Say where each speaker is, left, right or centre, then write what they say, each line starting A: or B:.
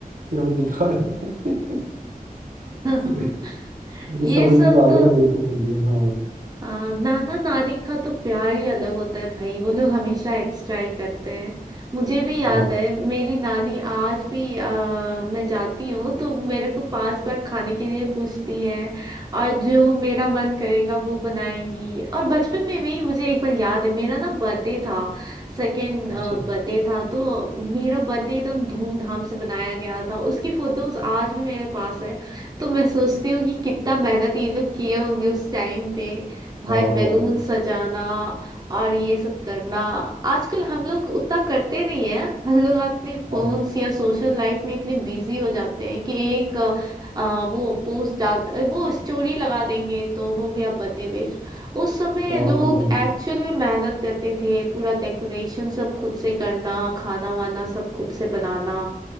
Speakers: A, on the right (about 65°); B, on the right (about 25°).
A: फिर हमें दिखा रहे हैं।
B: <laughs>
A: फिर वो
B: ये
A: समझ
B: सब
A: में तो आ
B: तो
A: गया था बेवकूफ बन गया हाँ
B: हाँ नाना नानी का तो प्यार ही अलग होता है भाई वो लोग हमेशा एक्स्ट्रा ही करते हैं मुझे भी याद
A: हाँ
B: है मेरी नानी आज भी आ, मैं जाती हूँ तो मेरे को पांच बार खाने के लिए पूछती है और जो मेरा मन करेगा वो बनाएंगी और बचपन में भी मुझे एक बार याद है मेरा ना बर्थडे था सेकेंड
A: अच्छा
B: बर्थडे था तो मेरा बर्थडे एकदम धूमधाम से बनाया गया था उसकी फोटोज आज भी मेरे पास है तो मैं सोचती हूँ कि कितना मेहनत ये लोग किए होंगे उस टाइम पे भाई
A: हाँ
B: बैलून
A: हाँ
B: सजाना और ये सब करना आजकल हम लोग उतना करते नहीं है हम लोग अपने फोन्स
A: हाँ
B: या सोशल लाइफ में इतने बिजी हो जाते हैं कि एक अ, अ, वो पोस्ट डाल अ, वो स्टोरी लगा देंगे तो हो गया बर्थडे विश उस समय
A: हाँ
B: लोग
A: हाँ
B: एक्चुअल में मेहनत करते थे पूरा डेकोरेशन सब खुद से करना खाना वाना सब खुद से बनाना